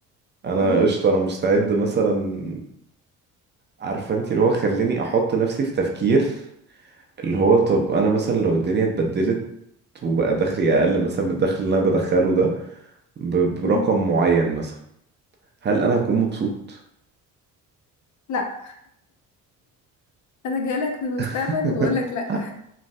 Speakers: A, on the right; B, on the left.
A: انا
B: مم.
A: قشطه انا مستعد مثلا عارفه انت اللي هو خليني احط نفسي في تفكير اللي هو طب انا مثلا لو الدنيا اتبدلت وبقى دخلي
B: مم.
A: اقل مثلا من الدخل اللي انا بدخله ده ب- برقم
B: مم.
A: معين مثلا هل انا هكون مبسوط
B: لا انا جايلك في المستقبل
A: <laughs>
B: وبقول لك لا